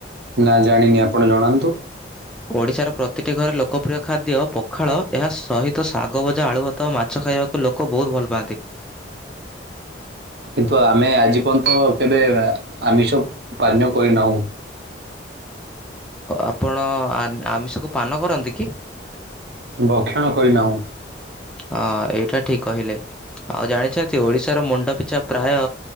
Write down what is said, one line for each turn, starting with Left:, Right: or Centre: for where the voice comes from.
Right: ନା ଜାଣିନି ଆପଣ ଜଣାନ୍ତୁ
Centre: ଓଡ଼ିଶାର ପ୍ରତିଟି ଘରେ ଲୋକପ୍ରିୟ ଖାଦ୍ୟ ପଖାଳ ଏହା ସହିତ ଶାଗଭଜା ଆଳୁଭତ ତ ମାଛ ଖାଇବାକୁ ଲୋକ ବହୁତ ଭଲ ପାଆନ୍ତି
Right: କିନ୍ତୁ ଆମେ ଆଜି ପର୍ଯ୍ୟନ୍ତ କେବେ ଆମିଷ ପାନୀୟ କରିନାହୁଁ
Centre: ଆପଣ ଆମିଷକୁ ପାନ କରନ୍ତି କି
Right: ଭକ୍ଷଣ କରିନାହୁଁ
Centre: ହଁ ଏଇଟା ଠିକ୍ କହିଲେ ଆଉ ଜାଣିଛନ୍ତି ଓଡ଼ିଶାର ମୁଣ୍ଡ ପିଛା ପ୍ରାୟ